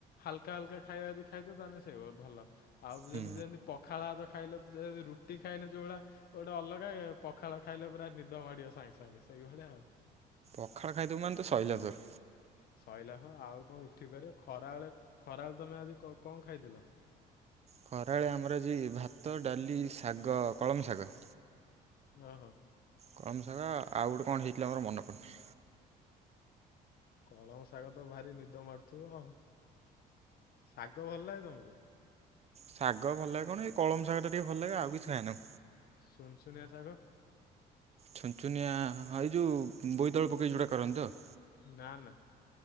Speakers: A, on the left; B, on the right.
A: ହାଲକା ହାଲକା ଖାଇବା ଯଦି ଖାଇଦ ତାହେଲେ ସେଇ ଭଲ। ଆଉ
B: ହୁଁ
A: ଯେମିତି ଯେମିତି ପଖାଳ ହାତ ଖାଇଲେ ରୁଟି ଖାଇଲେ ଯୋଉ ଭଳିଆ। ଗୋଟେ ଅଲଗା ପଖାଳ ଖାଇଲେ ପୁରା ନିଦ ମାଡିବ ସାଙ୍ଗେ ସାଙ୍ଗେ ସେଇଭଳିଆ ଆଉ।
B: ପଖାଳ ଖାଇଦବୁ ମାନ ତ ସରିଲା ଧରି।
A: ଶଇଲା ହ ଆଉ କଣ ଉଠିପାରିବ? ଖରାଏଳେ ଖରାବେଳେ ତୁମେ ଆଜି କଣ ଖାଇଥିଲ?
B: ଖରାଳେ ଆମର ଆଜି ଭାତ ଡାଲି ଶାଗ କଳମ ଶାଗ।
A: ହଁ ହଁ।
B: କଳମ ସାଗ ଆଉ ଗୋଟେ କଣ ହେଇଥିଲା ମୋର ମନେ ପଡୁନି।
A: କଳମ ଶାଗ ତ ଭାରି ନିଦ ମାାରୁୁଥିବ ଆ ଶାଗ ଭଲ ଲାଗେ ତମକୁ।
B: ଶାଗ ଭଲାଗେ କଣ ଏଇ କଳମ ଶାଗ ଟା ଟିକେ ଭଲ ଲାଗେ ଆଉ କିଛି ଖାଏ ନାଁ।
A: ଶୁନ ଶୁନିଆସାଗ।
B: ଛୁଞ୍ଚୁନିଆ ହଁ ଏଇ ଯେଉଁ ବୋଇତାଳୁ ପକେଇ ଯେଉଁଟା କରନ୍ତା ଆଉ।
A: ନା ନା